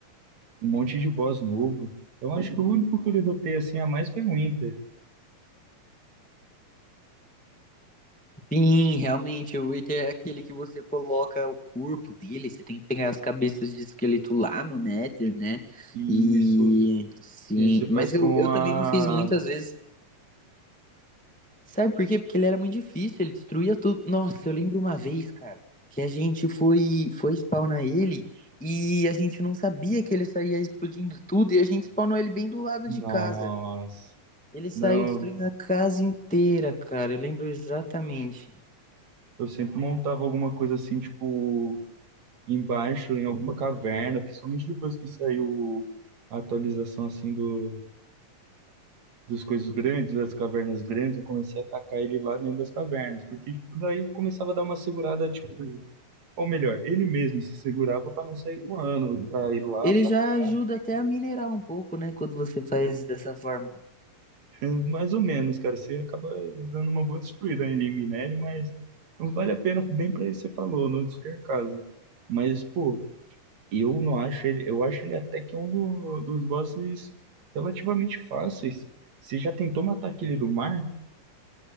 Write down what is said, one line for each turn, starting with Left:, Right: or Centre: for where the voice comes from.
Right: um monte de boss novo. Eu acho que o único que eu levantei assim a mais foi o Inter.
Centre: Sim, realmente, o Witcher é aquele que você coloca o corpo dele, você tem que pegar as cabeças de esqueleto lá no Nether, né?
Right: E
Centre: E
Right: isso.
Centre: sim,
Right: E aí você faz
Centre: mas
Right: com
Centre: eu, eu
Right: a.
Centre: também não fiz muitas vezes Sabe por quê? Porque ele era muito difícil, ele destruía tudo. Nossa, eu lembro uma vez, cara, que a gente foi, foi spawnar ele e a gente não sabia que ele saía explodindo tudo e a gente spawnou ele bem do lado
Right: Nossa.
Centre: de casa. Ele saiu
Right: Não,
Centre: destruindo a casa inteira, cara. Eu lembro exatamente.
Right: eu sempre montava alguma coisa assim, tipo, embaixo, em alguma caverna, principalmente depois que saiu a atualização assim do. dos coisas grandes, das cavernas grandes, eu comecei a atacar ele lá dentro das cavernas, porque tipo, daí eu começava a dar uma segurada, tipo, ou melhor, ele mesmo se segurava pra não sair voando, pra ir lá,
Centre: Ele
Right: pra
Centre: já
Right: cá,
Centre: ajuda até a minerar um pouco, né? Quando você faz dessa forma.
Right: <laughs> é, mais ou menos, cara, você acaba dando uma boa destruída ainda em minério, mas não vale a pena, bem pra isso que você falou, não qualquer caso, mas, pô, eu não acho ele, eu acho ele até que é um do- dos bosses relativamente fáceis, você já tentou matar aquele do mar?